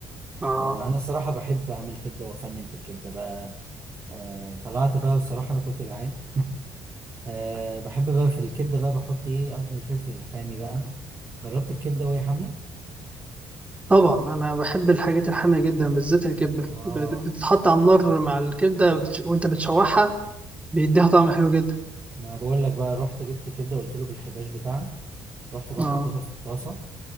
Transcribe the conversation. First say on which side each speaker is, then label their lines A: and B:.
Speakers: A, on the right; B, on the right.
A: اه
B: أه انا الصراحة بحب اعمل كبدة وافنن في الكبدة بقى أه طلعت بقى والصراحة انا كنت جعان <laughs> أه بحب بقى في الكبدة بقى بحط ايه قرن الفلفل الحامي بقى جربت الكبدة وهي حامية
A: طبعا انا بحب الحاجات الحاميه جدا بالذات الكبده
B: اه
A: بت- بتتحط على النار مع الكبده بتش... وانت بتشوحها بيديها طعم حلو جدا
B: ما بقول لك بقى رحت جبت كبده قلت له بالحباش بتاعها رحت بقى
A: اه
B: حطيتها في الطاسه